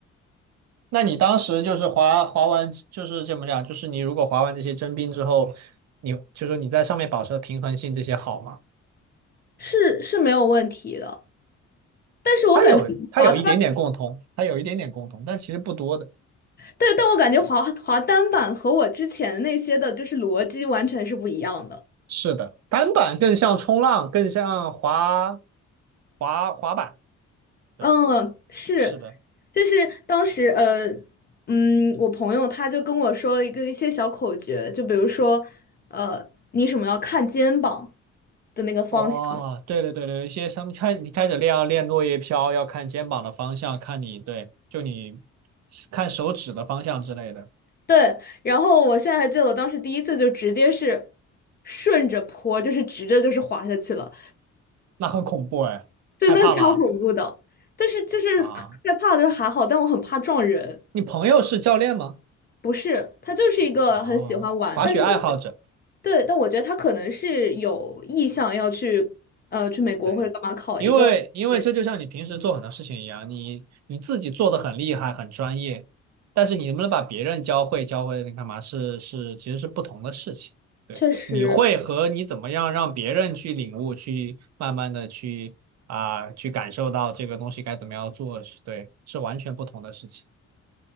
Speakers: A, on the right; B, on the left.
A: 那你当时就是滑滑完，就是这么讲？就是你如果滑完这些真冰之后，你就是你在上面保持的平衡性这些好吗？
B: 是是没有问题的。但是我感觉滑，
A: 它有它有一点点共同，它有一点点共同，但其实不多的。
B: 对，但我感觉滑滑单板和我之前那些的就是逻辑完全是不一样的。
A: 是的，单板更像冲浪，更像滑滑滑板。对，
B: 嗯，是，
A: 是的。
B: 就是当时呃，嗯，我朋友他就跟我说了一个一些小口诀，就比如说，呃，你什么要看肩膀的那个方向，
A: 哦，对对对对，一些他们开你开始练要练落叶飘，要看肩膀的方向，看你对，就你看手指的方向之类的，
B: 对。然后我现在还记得我当时第一次就直接是顺着坡，就是直着就是滑下去了，
A: 那很恐怖哎，
B: 对，
A: 害怕吗？
B: 那个超恐怖的。但是就是害怕就是还好，
A: 啊，
B: 但我很怕撞人。
A: 你朋友是教练吗？
B: 不是，他就是一个很喜欢玩，
A: 哦，滑雪爱好者。
B: 但是我对，但我觉得他可能是有意向要去，呃，去美国或者干嘛考一个研，
A: 对，因为因为这就像你平时做很多事情一样，你你自己做的很厉害、很专业，但是你能不能把别人教会教会你干嘛是是其实是不同的事情。对，
B: 确实，
A: 你会和你怎么样让别人去领悟、去慢慢的去啊、去感受到这个东西该怎么样做，是对，是完全不同的事情。